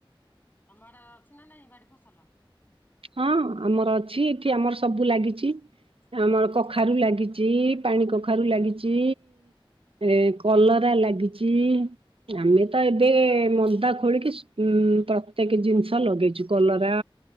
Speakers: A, on the left; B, on the right.
A: ତମ ଆଡେ ଅଛି ନା ନାଇଁ ବାଡି ଫସଲ?
B: ହଁ ଆମର ଅଛି ଏଠି ଆମର ସବୁ ଲାଗିଛି। ଆମର କଖାରୁ ଲାଗିଛି ପାଣି କଖାରୁ ଲାଗିଛି। ଏ କଲରା ଲାଗିଛି। ଆମେ ତ ଏବେ ମନ୍ଦା ଖୋଳିକି ଉ ପ୍ରତ୍ୟେକ ଜିନିଷ ଲଗେଇଛୁ, କଲରା